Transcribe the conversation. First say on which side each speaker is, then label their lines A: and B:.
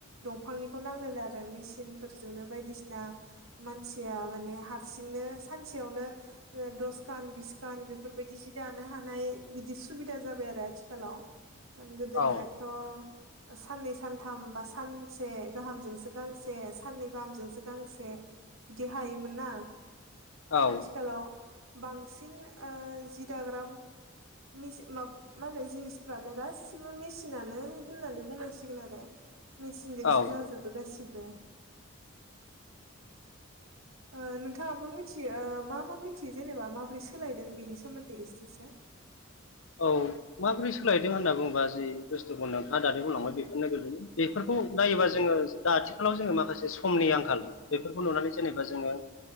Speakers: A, on the right; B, on the left.
A: दंफांनिखौ नांलायला आरो मिसिन फोरजोंनो बायदिसिना मानसिया माने हारसिं नो सानसेयावनो ओ दसखान बिसखान दानो हानाय सुबिदा जा बाय आरो आथिखालाव ओ गोदोनियाथ'
B: औ
A: ओ साननै सानथाम बा सानसे गाहामजोंसो गांसे साननै गाहामजोंसो गांसे बिदि हायोमोन ना
B: औ
A: आथिखालाव बांसिन ओ जिदाग्राम मिसि मा मा होनो जिनिसफ्रानो गासिबो मिसिनानो होननानै बुंनांसिगोन आरो। मिसिनजोंसो
B: औ
A: जाजोबो गासिबो।
B: <inaudible>
A: ओ नोंथांङाबो मिथियो ओ मा मा मिथियो जेनेबा माबोरै सोलायदों बेनि सोमोन्दै एसेसो।
B: <inaudible> औ माबोरै सोलायदों होनना बुंङोबा जि बुस्थुखौ नोंथांङा दानि बुंलांबाय बेफोरनो गोलैयो। बेफोरखौ नायोबा जोंङो दा आथिखालाव जोंङो माखासे समनि आंखाल बेफोरखौ नुनानै जेनेबा जोंङो